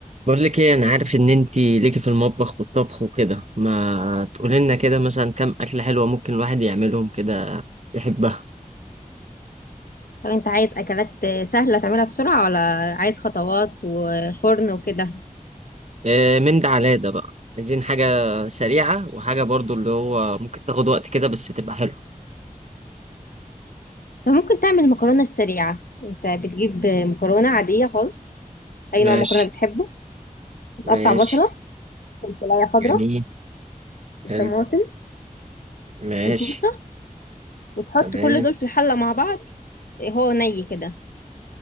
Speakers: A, on the right (about 50°); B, on the left (about 80°).
A: بقول لك ايه انا عارف ان انت ليكي في المطبخ والطبخ وكده ما تقولي لنا كده مثلا كام اكله حلوه ممكن الواحد يعملهم كده يحبها
B: طب انت عايز اكلات سهله تعملها بسرعه ولا عايز خطوات وفرن وكده
A: إيه من ده على ده بقى عايزين حاجه سريعه وحاجه برضو اللي هو ممكن تاخد وقت كده بس تبقى حلوه
B: انت ممكن تعمل مكرونه سريعه انت بتجيب مكرونه عاديه خالص اي
A: ماشي
B: نوع مكرونه بتحبه وتقطع
A: ماشي
B: بصله فلفلايه خضراء
A: جميل
B: وطماطم
A: حلو ماشي
B: وشطه وتحط
A: تمام
B: كل دول في الحله مع بعض هو ني كده